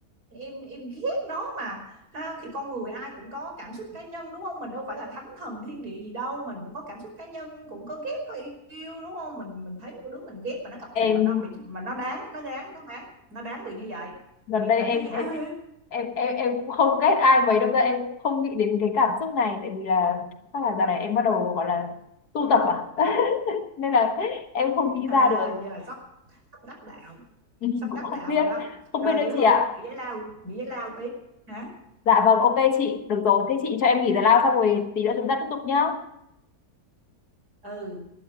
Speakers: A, on the right (about 75°); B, on the left (about 85°).
A: em em ghét nó mà ha thì con người ai cũng có cảm xúc cá nhân đúng không mình đâu phải là thánh thần thiên địa gì đâu mình cũng có cảm xúc cá nhân cũng có ghét có yêu đúng không mình mình thấy một đứa mình ghét mà nó gặp chuyện
B: em
A: mà nó mà nó đáng nó gán nó bán nó đáng bị như vậy
B: gần
A: thì em
B: đây
A: cảm
B: em
A: thấy hả
B: em
A: hê
B: em em, em cũng không ghét ai mấy đâu ra em cũng không nghĩ đến cái cảm xúc này tại vì là chắc là dạo này em bắt đầu gọi là tu tập à <laughs> nên là em không nghĩ
A: à
B: ra được
A: giờ sắp sắp đắc đạo
B: Ừ,
A: sắp
B: cũng
A: đắc
B: không
A: đạo
B: biết
A: rồi đó
B: không
A: rồi
B: biết nữa
A: vậy thôi
B: chị ạ
A: á, nghỉ giải lao nghỉ giải lao tí hả
B: dạ vâng ok chị được rồi thế chị cho em nghỉ giải lao xong rồi tí nữa chúng ta tiếp tục nhá
A: ừ